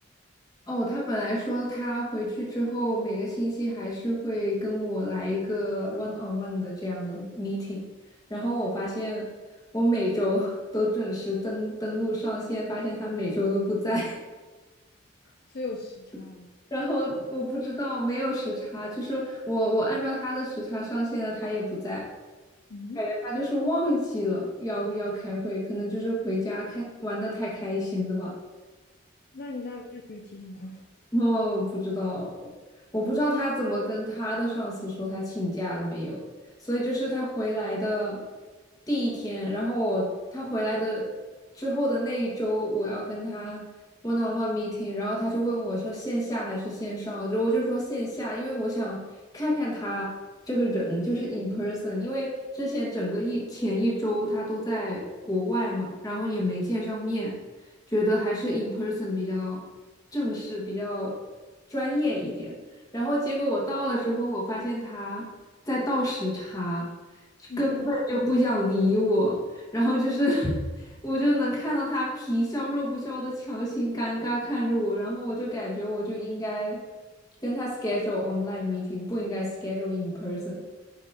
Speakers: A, on the left (about 20°); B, on the left (about 55°).
A: 哦，他本来说他回去之后每个星期还是会跟我来一个 one on one 的这样的 meeting，然后我发现我每周 <laughs> 都准时登登录上线，发现他每周都不在，
B: 是有时差吗？
A: <laughs> 然后我不知道没有时差，就是我我按照他的时差上线了，他也不在，
B: 嗯，
A: 感觉他就是忘记了要要开会，可能就是回家开玩的太开心了吧。
B: 那你那那你有提醒他
A: 哦，不知道，我不知道他怎么跟他的上司说他请假了没有，所以就是他回来的第一天，然后我他回来的之后的那一周，我要跟他 one on one meeting，然后他就问我是线下还是线上，就我就说线下，因为我想看看他这个人就是 in person，因为之前整个一前一周他都在国外嘛，然后也没见上面，觉得还是 in person 比较。正式、比较专业一点。然后结果我到了之后，我发现他在倒时差，
B: 嗯，
A: 根本就不想理我。然后就是 <laughs> 我就能看到他皮笑肉不笑的强行尴尬看着我，然后我就感觉我就应该跟他 schedule online meeting，不应该 schedule in person。